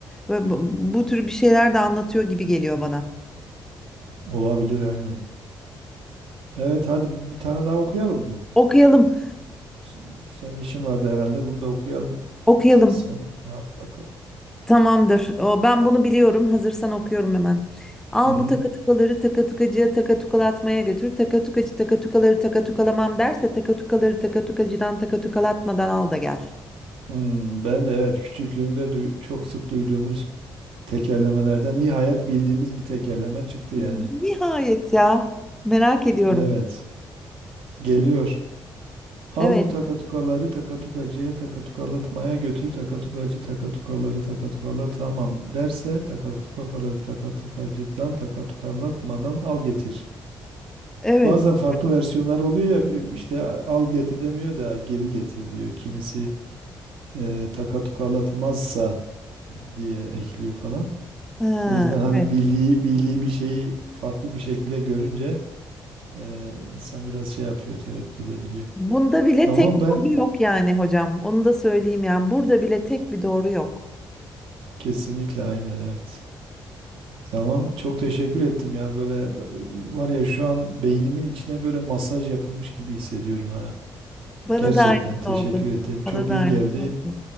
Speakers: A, in the centre; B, on the right (about 70°).
A: e, bu bu tür bir şeyler de anlatıyor gibi geliyor bana.
B: Olabilir aynen. Evet hadi bir tane daha okuyalım mı?
A: Okuyalım,
B: S- Sen işin vardı herhalde. Bunu da okuyalım.
A: okuyalım.
B: S- Sen rahat bırakalım.
A: Tamamdır. O, ben bunu biliyorum. Hazırsan okuyorum hemen. Al
B: Hı hı.
A: bu takatukaları takatukacıya takatukalatmaya götür. Takatukacı takatukaları takatukalamam derse takatukaları takatukacıdan takatukalatmadan al da gel.
B: Hmm, ben de evet küçüklüğümde duy- çok sık duyduğumuz tekerlemelerden nihayet bildiğimiz bir tekerleme çıktı
A: Hmm,
B: yani.
A: Nihayet ya. Merak ediyorum.
B: Evet. Geliyor. Al
A: Evet.
B: bu takatukaları takatukacıya takatukalatmaya götür. Takatukacı takatukaları takatukala tamam derse takatukaları takatukacıdan takatukalatmadan al getir.
A: Evet.
B: Bazen farklı versiyonlar oluyor ya bir- işte al getir demiyor da geri getir diyor. Kimisi e, takatukalatmazsa diye ekliyor falan.
A: Ha,
B: O yüzden hani
A: evet.
B: bildiği bildiği bir şeyi farklı bir şekilde görünce e, insan biraz şey yapıyor, tereddüt edebiliyor.
A: Bunda bile
B: Tamam
A: tek
B: ben
A: doğru yok yani hocam. Onu da söyleyeyim yani. Burada bile tek bir doğru yok.
B: kesinlikle aynen evet. Tamam çok teşekkür ettim ya böyle r- var ya şu an beynimin içine böyle masaj yapılmış gibi hissediyorum ha.
A: Bana
B: Gerçekten
A: da aynısı
B: teşekkür
A: oldu.
B: ederim. Çok
A: Bana da
B: iyi
A: aynısı
B: geldi.
A: oldu.